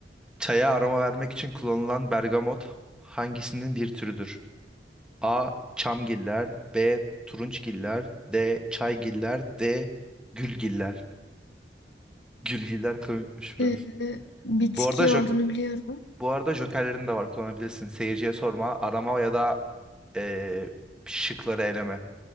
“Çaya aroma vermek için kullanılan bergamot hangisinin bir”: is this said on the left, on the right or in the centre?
Centre